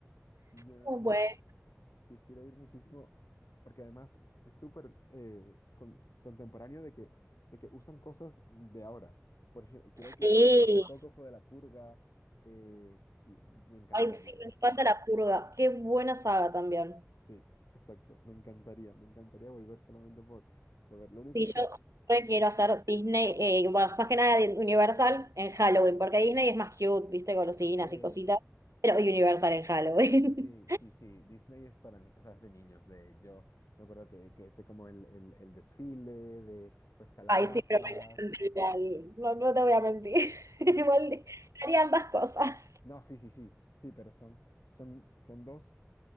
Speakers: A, on the left; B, on the right.
A: Ya,
B: Como,
A: yo,
B: bueno.
A: quisiera ir muchísimo, porque además es súper eh, con- contemporáneo de que, de que usan cosas de ahora. Por ejemplo, creo
B: Sí.
A: que hace poco fue de La Purga eh, y me encantaría.
B: Ay, sí, me encanta la purga. Qué buena saga también.
A: Sí, exacto, me encantaría, me encantaría volver solamente por, por ver. Lo único
B: Sí,
A: es que...
B: yo re
A: Sí,
B: quiero hacer Disney, eh, bueno, más que nada de Universal en Halloween, porque Disney es más cute, viste, golosinas
A: sí,
B: y cositas, pero Universal en Halloween.
A: sí, sí, sí, Disney es para ni- o sea, es de niños, de yo me acuerdo que, que hice como el, el, el desfile de
B: <laughs>
A: pues calabazas.
B: Ay, sí, pero me encanta No, no te voy a mentir. <laughs>
A: No,
B: Igual
A: ah,
B: haría ambas cosas.
A: No, sí, sí, sí, sí, pero son, son, son dos,